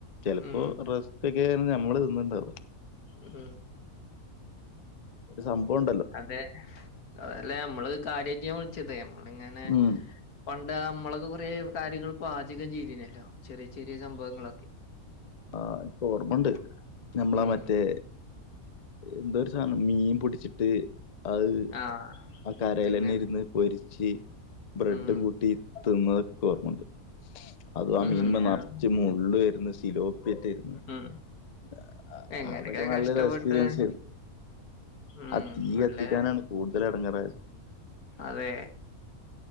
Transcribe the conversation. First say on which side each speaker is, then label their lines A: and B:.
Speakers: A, on the left (about 40°); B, on the left (about 80°).
A: ചിലപ്പോ
B: ഉം
A: റസ് പ്പേക്കാരം ഞമ്മള് തിന്നുണ്ടാവ
B: ഉം
A: രു സംബാണ്
B: അതെ അതല്ലേ നമ്മള് കാര്യ ചെയ്യാൻ വിളിച്ചത് നമ്മളിങ്ങനെ
A: ഉം
B: പണ്ട് മ്മളൊക്കെ കൊറേ കാര്യങ്ങൾ പാചകം ചെയ്തിനല്ലോ ചെറിയ ചെറിയ സംഭവങ്ങളൊക്കെ
A: ആ എനിക്ക് ഓർമ്മയുണ്ട്.
B: ആഹ്
A: നമ്മളാ
B: ഉം
A: മറ്റേ എന്തോ ഒരു സാധനം മീൻ പിടിച്ചിട്ട് അത്
B: ആഹ്
A: ആ കരെൽന്നെ
B: അതിങ്ങനെ
A: ഇരുന്ന് പൊരിച്ച് ബ്രെഡും
B: ഉം
A: കൂട്ടി തിന്നക്ഓർമ്മണ്ട് അതും ആ
B: ഉം
A: മീൻ മൊ
B: ഞാൻ-
A: നിറച്ച് മുള്ള് വരുന്ന ശിലോപ്പി പിറ്റൊരിന്ന്അതൊക്കെ
B: ഉം എങ്ങനെയൊക്കെ
A: നല്ല
B: കഷ്ടപ്പെട്ട്
A: രസ പിരൻ സിവ്
B: ഉം
A: ആതീയ്യ്കത്തിക്കാനാണ്
B: അല്ലേ
A: കൂടുതൽ എടങ്ങാറായത്
B: അതെ